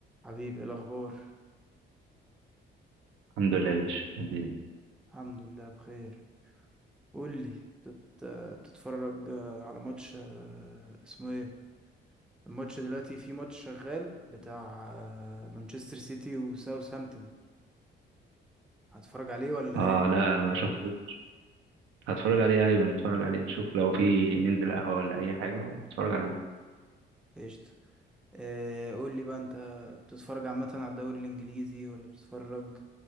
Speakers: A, in the centre; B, on the right (about 85°).
A: حبيبي إيه الأخبار
B: الحمد لله يا باشا الدنيا
A: الحمد لله بخير قول لي بتت... بتتفرج آه، على ماتش آه، اسمه ايه الماتش دلوقتي في ماتش شغال بتاع آه، مانشستر سيتي وساوثهامبتون هتتفرج عليه ولا
B: اه
A: ايه
B: لا انا ما شفته هتفرج عليه ايوه نتفرج عليه نشوف لو في ننزل قهوه ولا اي حاجه ونتفرج عليه
A: قشطة آه، قول لي بقى انت بتتفرج عامة على الدوري الإنجليزي ولا بتتفرج